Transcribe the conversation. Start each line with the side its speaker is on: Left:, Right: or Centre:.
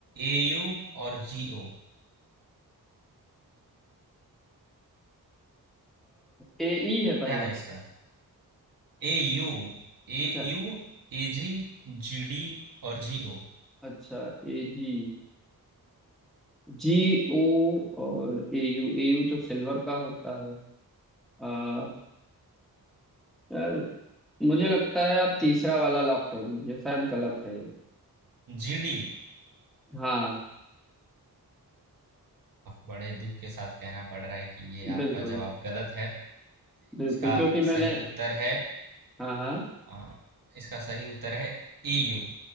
Right: एयू और जीओ
Centre: ए ई है
Right: क्या
Centre: पहला
Right: है इसका AU AU
Centre: अच्छा,
Right: एजी जीडी और जीओ
Centre: अच्छा ए जी जी ओ और ए यू ए यू तो सिल्वर का होता है आ, यार मुझे लगता है आप तीसरा वाला लॉक कर दीजिए शायद गलत है ये।
Right: जीडी
Centre: हाँ
Right: बड़े दुख के साथ कहना पड़ रहा है कि ये आपका
Centre: बिल्कुल
Right: जवाब गलत है
Centre: बिल्कुल
Right: इसका
Centre: क्योंकि मैंने
Right: सही उत्तर है
Centre: हाँ हाँ
Right: अ, इसका सही उत्तर है एयू